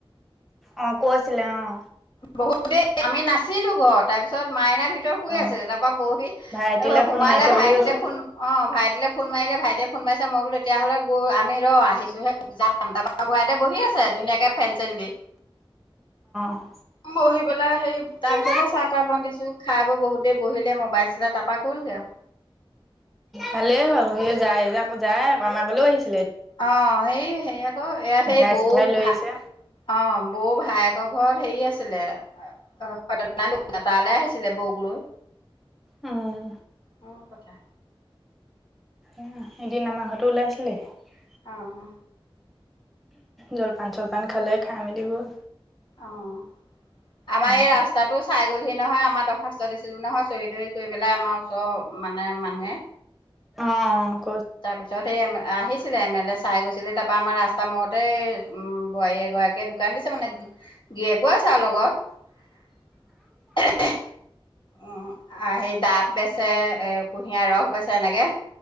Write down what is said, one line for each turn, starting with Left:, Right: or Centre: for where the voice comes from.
Centre: অ কৈছিল লে অ।
Left: বহুতেই। আমি নাছিলো ঘৰত তাৰ পিছত মাইনাই ভিতৰত শুই
Centre: অ
Left: আছিলে তাৰ পৰহি
Centre: ভাইটিলে
Left: সোমালে
Centre: ফোন মাৰিছে
Left: ভাইটি।
Centre: বুলি কৈছে
Left: ফোন অ ভাইটিলৈ ফোন মাৰিলে ভাইটিয়ে ফোন মাৰিছে মইো তেতিয়াাহলে আমি ৰ আহিছোহে, যাম তাৰাপৰা ভূৰাই দেে বহি আছে ধুনীয়াকে ফেন চেন দি।
Centre: অ
Left: বহি পেলাই সেই তাৰ
Centre: উম
Left: পিছতহে চাহ তাহ বান্ধ দিছো। খাই বৈ বহুত দেৰি বহিলে মোবাইল চিলাই তাৰপা গ'লগে আউ।
Centre: ভালেই হ'ল, সেই যাই য যায় আকৌ আমাৰ ঘলেও আহিছে।
Left: অ সেই সেই আকৌ ইয়াত
Centre: মিঠাই
Left: সেই বৌ
Centre: চিঠাই লৈ
Left: ভা
Centre: আহিছে
Left: অ বৌ ভায়েকৰ ঘৰত হেৰি আছিলে অ, তালৈ আহিছিলে বৌক লৈ।
Centre: উম
Left: মোৰ কথা।
Centre: অ এদিন আমাৰ ঘৰতো ওলাই ছিলেহি।
Left: উম।
Centre: জলপান চলপান খালে খাই মেলি গল।
Left: অ', আমাৰ
Centre: এনেকে
Left: এই ৰাস্তাটো চাই গলহি। নহয় আমাৰ দৰ্খাস্ত দিছিলো নহয় চহী তহি কৰি পেলাই আমাৰ ওচৰৰ মানে মানুহে,
Centre: অ, '।
Left: তাৰপিছত এই আহিছিলে এম এল এ চাই গৈছিলে তাৰ পৰাা আমাৰ ৰাস্তাৰ মূৰতে উম বোৱাৰী এগৰাকীয়ে দোকান দিছে মানে গি গিৰিয়েক ও আছে আও লগত। উম সেই ডাব বেচে এ কুঁহিয়াৰ ৰস বেচে এনেকে।